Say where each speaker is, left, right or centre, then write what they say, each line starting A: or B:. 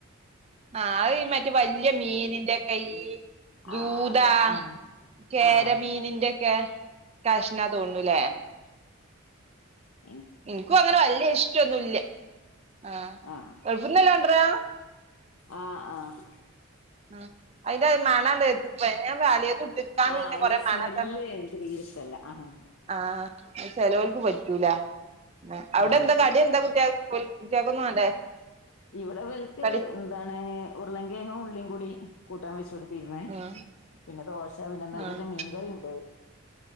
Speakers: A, on the right (about 30°); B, on the left (about 70°).
A: ആ അഹ് മറ്റ വലിയ മീനിന്റെ അയ് ദൂതാ
B: ആഹ് അതെ ആഹ്
A: കേരമീനിന്റെ
B: ആഹ്
A: <unintelligible> കഷ്ണ തോണ്ണൂലേ
B: ഉം
A: എനിക്കും അങ്ങനെ വലിയ ഇഷ്ടൊന്നുമല്ല ആ
B: ആഹ്
A: ഗൾഫ്ന്ന് <unintelligible>
B: ആഹ് ആഹ്
A: ഉം അയിന്റെ ഒരു മണണ്ട് <unintelligible>
B: ആഹ്
A: ഞാൻ
B: അയ്ന്റെ
A: <unintelligible> കൊറെ മണൊക്കെ
B: സ്മെല്ല് ഇൻക്ക് തീരെ ഇഷ്ടല്ല ആഹ്
A: ആഹ് ആ ചെലോൽക്ക് പറ്റൂല ഉം അവിടെ
B: ആഹ്
A: എന്താ കടി എന്താ കുട്ടിയേ ഓൽക് കുട്ടിയേക്കൊന്നും വേണ്ടേ?
B: ഇവിടെ ഇവൽക്ക്
A: കടി
B: എന്താണ് ഉരുളങ്കെഴങ്ങും ഉള്ളിം കൂടി കൂട്ടാൻ വെച്ച് കൊടുത് ന്ന്
A: ആഹ്
B: പിന്നെ ദോശ പിന്നെ ഇന്നൽത്തത്തെ
A: ആഹ്
B: മീൻകറിയുണ്ട്